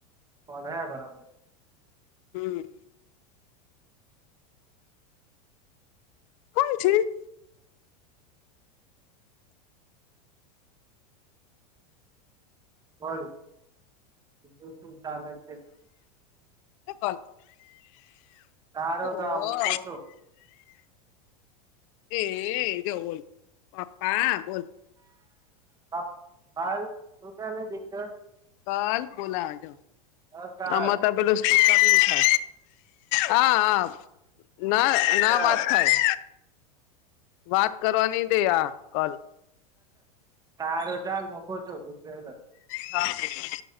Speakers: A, on the right; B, on the left.
A: પડહે બરાબર.
B: હમ. કોણ છે?
A: બોલ, બીજું શું ચાલે છે?
B: એપલ.
A: સારું
B: ઓ
A: તો મૂકું છું
B: એ, જોવ બોલ. પપ્પા બોલ.
A: પપ્પ, હાલ શું ચાલે દીકરા?
B: કલ બોલાવે જો.
A: કાલ કાલ
B: આમા તો પેલું સ્પીકરનું છે. હા, હા. ના, ના
A: કાલ.
B: વાત થાય. વાત કરવા ની દે આ કલ.
A: સારું ચાલ મૂકુ છુ. દૂધ પીલે.
B: હા <unintelligible>